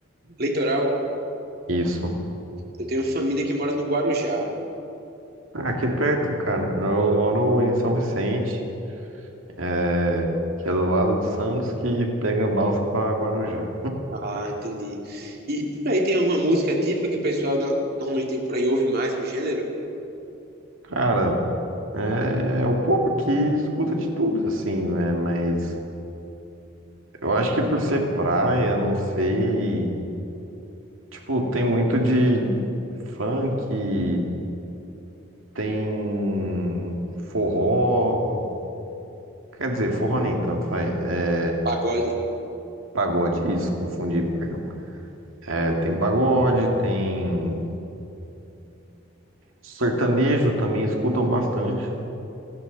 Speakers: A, on the right; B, on the right.
A: Litoral,
B: Isso.
A: eu tenho família que mora no Guarujá.
B: Ah, aqui perto, cara. Eu moro em São Vicente, é, que é do lado de Santos, que pega a balsa pra Guarujá.
A: Ah, entendi. E por aí tem alguma música típica que o pessoal no- normalmente por aí ouve mais um gênero?
B: Cara, é, é o povo que escuta de tudo, assim, né? Mas. Eu acho que por ser praia, não sei. Tipo, tem muito de funk, tem forró. Quer dizer, forró nem tanto, vai. É
A: Pagode.
B: pagode, isso, confundi, perdão. É, tem pagode, tem sertanejo também escutam bastante.